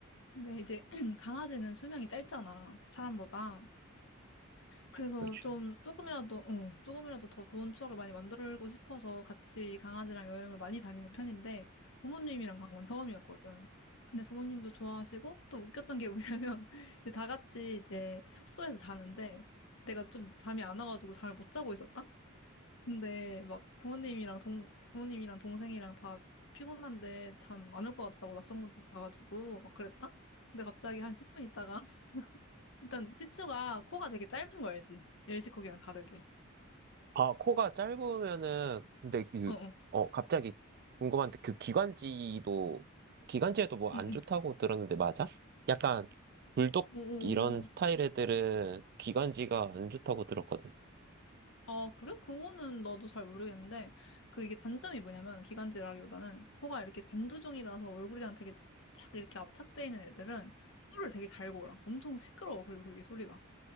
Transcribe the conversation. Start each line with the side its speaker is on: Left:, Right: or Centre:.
Left: 근데 이제 <clears throat> 강아지는 수명이 짧잖아. 사람보다. 그래서
Right: 그렇지.
Left: 좀 조금이라도, 응, 조금이라도 더 좋은 추억을 많이 만들고 싶어서 같이 강아지랑 여행을 많이 다니는 편인데 부모님이랑 간 건 처음이었거든. 근데 부모님도 좋아하시고 또 웃겼던 게 뭐냐면 <laughs> 이제 다 같이 이제 숙소에서 자는데 내가 좀 잠이 안 와가지고 잠을 못 자고 있었다? 근데 막 부모님이랑 동, 부모님이랑 동생이랑 다 피곤한데 잠 안 올 것 같다고 낯선 곳에서 자가지고 막 그랬다? 근데 갑자기 한 10분 있다가 일단 시츄가 코가 되게 짧은 거 알지? 일시코기랑 다르게.
Right: 아 코가 짧으면은 근데 그
Left: 어, 어.
Right: 어 갑자기 궁금한데 그 기관지도 기관지에도 뭐 안
Left: 응, 응.
Right: 좋다고 들었는데 맞아? 약간 불독
Left: 오,
Right: 이런 스타일 애들은 기관지가 안 좋다고 들었거든.
Left: 아, 그래? 그거는 나도 잘 모르겠는데, 그 이게 단점이 뭐냐면, 기관지라기보다는 코가 이렇게 단두종이라서 얼굴이랑 되게 착 이렇게 압착돼 있는 애들은 코를 되게 잘 골아. 엄청 시끄러워. 그리고 그게 소리가.